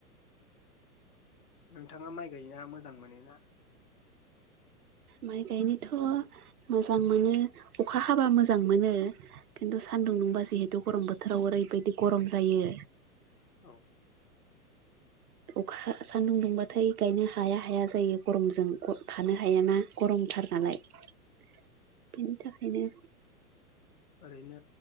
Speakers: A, on the left; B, on the right.
A: नोंथाङा माइ गायना मोजां मोनोना
B: माइ गायनोथ' मोजां मोनो अखा हाबा मोजां मोनो खिन्थु सान्दुं दुंबा जिहेतु गरम बोथोराव ओरैबायदि गरम जायो
A: औ
B: अखा सान्दुं दुंबाथाय गायनो हाया हाया जायो गरमजों थानो हायाना। गरमथार नालाय
A: औ
B: बेनि थाखायनो
A: ओरैनो